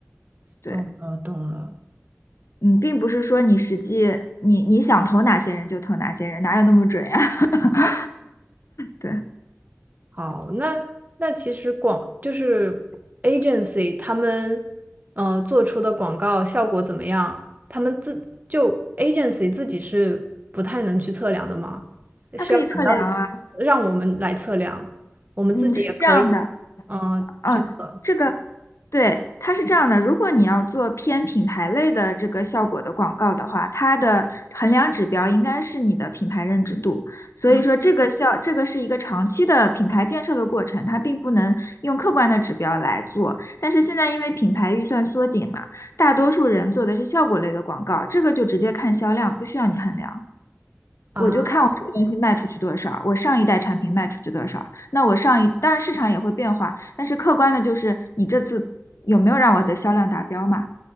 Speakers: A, on the left (about 75°); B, on the right (about 35°).
A: 对。
B: 懂了懂了。
A: 嗯，并不是说你实际你你想投哪些人就投哪些人，哪有那么准呀？<laughs> 对，
B: 好，那那其实广就是 agency 他们呃做出的广告效果怎么样？他们自就 agency 自己是不太能去测量的吗？
A: 它可以测量啊。
B: 是要等到让我们来测量，我们自己也可以
A: 嗯，是这样的，
B: 嗯、呃去测。
A: 嗯，这个，对，它是这样的，如果你要做偏品牌类的这个效果的广告的话，它的衡量指标应该是你的品牌认知度。所以说，
B: 嗯
A: 这个效，这个是一个长期的品牌建设的过程，它并不能用客观的指标来做。但是现在因为品牌预算缩紧嘛，大多数人做的是效果类的广告，这个就直接看销量，不需要你衡量。
B: 啊
A: 我就看我这个东西卖出去多少，我上一代产品卖出去多少。那我上一，当然市场也会变化，但是客观的就是你这次有没有让我的销量达标嘛？